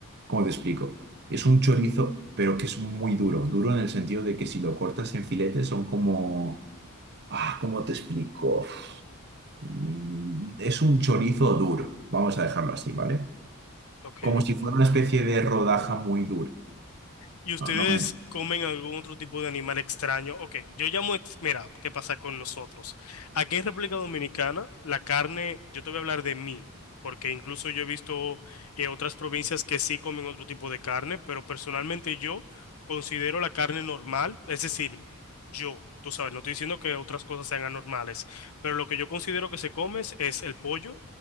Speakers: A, on the right; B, on the left.
A: ¿cómo te explico? Es un chorizo, pero que es muy duro, duro en el sentido de que si lo cortas en filetes son como, ah, ¿cómo te explico? Mm, Es un chorizo duro, vamos a dejarlo así, ¿vale?
B: ok.
A: Como si fuera una especie de rodaja muy dura.
B: ¿Y ustedes
A: No, no me-
B: comen algún otro tipo de animal extraño? Ok, yo llamo, ex- mira, ¿qué pasa con nosotros? Aquí en República Dominicana, la carne, yo te voy a hablar de mí, porque incluso yo he visto eh, otras provincias que sí comen otro tipo de carne, pero personalmente yo considero la carne normal, es decir, yo, tú sabes, no estoy diciendo que otras cosas sean anormales, pero lo que yo considero que se come es es el pollo,